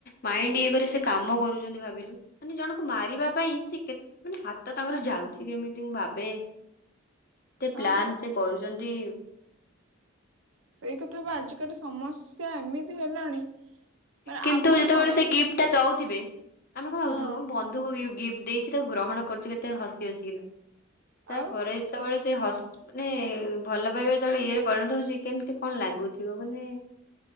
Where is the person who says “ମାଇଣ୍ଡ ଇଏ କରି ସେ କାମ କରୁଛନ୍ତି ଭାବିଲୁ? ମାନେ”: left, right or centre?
Left